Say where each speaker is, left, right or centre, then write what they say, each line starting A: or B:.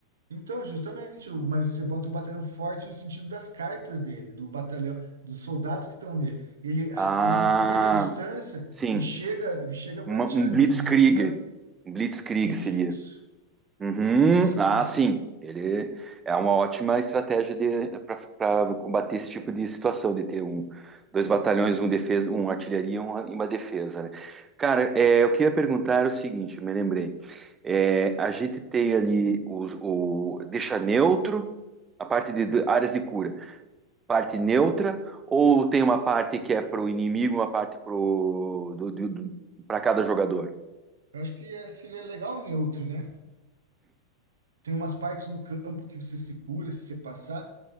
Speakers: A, on the right; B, on the right.
A: Então, justamente, o- mas você bota um batalhão forte no sentido das cartas dele, do batalhão, dos soldados que estão nele. Ele,
B: Ah,
A: ele encurta a distância
B: sim,
A: e chega, chega para
B: Uma-
A: tirar
B: um Blitzkrieg.
A: dis- disputa.
B: Um Blitzkrieg
A: Isso,
B: seria. Uhum.
A: isso
B: Ah,
A: mesmo.
B: sim. Ele é uma ótima estratégia para combater esse tipo de situação, de ter um, dois batalhões, um defesa, um artilharia e uma, e uma defesa, né? Cara, é, o que eu ia perguntar era o seguinte, eu me lembrei. É, a gente tem ali os- o, deixa neutro a parte de, de áreas de cura, parte neutra, ou tem uma parte que é pro inimigo, uma parte pro do, para cada jogador?
A: Eu acho que é, seria legal neutro, né? Tem umas partes no campo que você se cura se você passar,